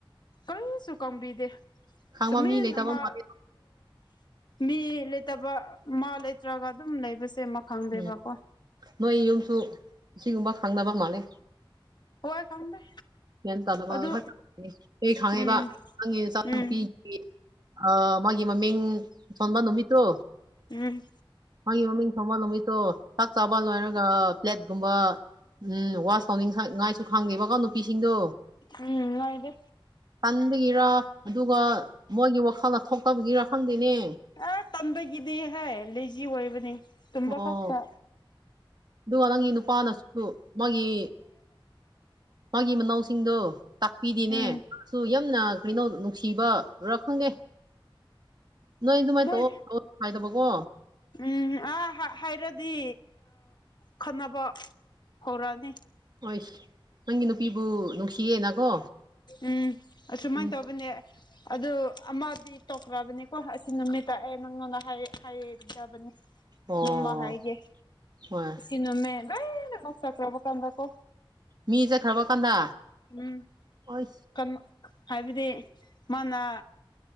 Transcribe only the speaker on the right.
ꯈꯥꯡꯕ
ꯃꯤ ꯂꯩꯇꯕ
ꯃꯥꯜꯂꯦ
ꯎꯝ
ꯅꯣꯏ ꯌꯨꯝꯁꯨ ꯁꯤꯒꯨꯝꯕ ꯈꯪꯅꯕ ꯃꯥꯜꯂꯤ
ꯒ꯭ꯌꯥꯟ ꯇꯥꯗꯕ
ꯈꯛ ꯀꯩ ꯈꯥꯡꯉꯤꯕ
ꯅꯪꯒꯤ ꯏꯆꯥꯅꯨꯄꯤ
ꯑꯥ ꯃꯥꯒꯤ ꯃꯃꯤꯡ ꯊꯣꯟꯕ ꯅꯨꯃꯤꯠꯇꯣ
ꯃꯥꯒꯤ ꯃꯃꯤꯡ ꯊꯣꯜꯕ ꯅꯨꯃꯤꯠꯇꯣ ꯆꯥꯛ ꯆꯥꯕ ꯂꯣꯏꯔꯒ ꯐ꯭ꯂꯦꯠꯀꯨꯝꯕ ꯎꯝ ꯋꯥꯁ ꯇꯧꯅꯤꯡ ꯉꯥꯏꯁꯨ ꯈꯪꯗꯦꯕꯀꯣ ꯅꯨꯄꯤꯁꯤꯡꯗꯣ
ꯇꯟꯕꯒꯤꯔ ꯑꯗꯨꯒ ꯃꯣꯏꯒꯤ ꯋꯥꯈꯜꯗ ꯊꯣꯛꯇꯕꯒꯤꯔꯥ ꯈꯪꯗꯦꯅꯦ
ꯑꯣ
ꯑꯗꯨꯒ ꯅꯪꯒꯤ ꯅꯨꯄꯥꯅꯁꯨ ꯃꯥꯒꯤ ꯃꯥꯒꯤ ꯃꯅꯥꯎꯁꯤꯡꯗꯣ ꯇꯥꯛꯄꯤꯗꯤꯅꯦ
ꯁꯨ ꯌꯥꯝꯅ ꯀꯩꯅꯣ ꯅꯨꯡꯁꯤꯕꯔꯥ ꯈꯪꯗꯦ ꯅꯣꯏ ꯑꯗꯨꯃꯥꯏꯅ
ꯇꯧꯑꯣ ꯍꯥꯏꯗꯕꯀꯣ
ꯍꯣꯏ ꯅꯪꯒꯤ ꯅꯨꯄꯤꯕꯨ ꯅꯨꯡꯁꯤꯌꯦꯅꯀꯣ
ꯎꯝ
ꯑꯣ
ꯍꯣꯏ
ꯃꯤ ꯆꯠꯈ꯭ꯔꯕ ꯀꯥꯟꯗ
ꯍꯣꯏ